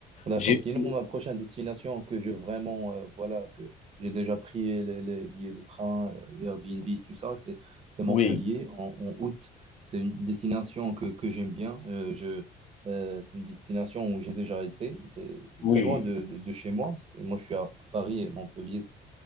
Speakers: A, on the right; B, on the left.
A: D'accord.
B: J'ai
A: Sinon,
B: fait
A: ma prochaine destination que je vraiment, euh, voilà, que j'ai déjà pris les, les billets de train, euh, Airbnb, tout ça, c'est c'est Montpellier
B: oui,
A: en, en août. C'est une destination que, que j'aime bien. Euh, je, euh, c'est une destination où j'ai déjà été. C'est c'est
B: oui,
A: très loin de, de, de chez moi. C'est- Moi, je suis à Paris et Montpellier,